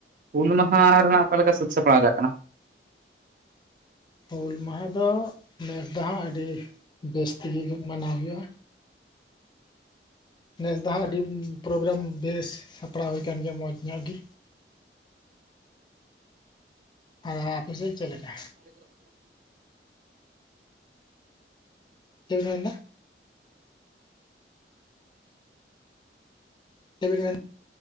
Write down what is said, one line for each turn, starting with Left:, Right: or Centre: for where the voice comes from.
Right: ᱦᱩᱞ ᱢᱟᱦᱟ ᱨᱮᱱᱟᱜ ᱚᱠᱟ ᱞᱮᱠᱟ ᱥᱟᱹᱛ ᱥᱟᱯᱲᱟᱣ ᱪᱟᱜ ᱠᱟᱱᱟ
Left: ᱦᱩᱞ ᱢᱟᱦᱟ ᱫᱚ ᱱᱮᱥ ᱫᱚ ᱦᱟᱜ ᱟᱹᱰᱤ ᱵᱮᱥ ᱛᱮᱜᱮ ᱢᱟᱱᱟᱣ ᱦᱩᱭᱩᱜᱼᱟ ᱱᱮᱥ ᱫᱚ ᱦᱟᱸᱜ ᱟᱹᱰᱤ ᱯᱨᱳᱜᱨᱟᱢ ᱵᱮᱥ ᱥᱟᱯᱲᱟᱣ ᱦᱩᱭ ᱟᱠᱟᱱ ᱜᱮᱭᱟ ᱢᱚᱸᱡᱽ ᱧᱚᱜ ᱜᱮ ᱟ <unintelligible> ᱟᱯᱮ ᱥᱮᱫ ᱪᱮᱫ ᱞᱮᱠᱟ ᱪᱮᱫ ᱨᱮᱱᱟᱜ ᱪᱮᱜ ᱵᱤᱱᱢᱮᱱ <unintelligible>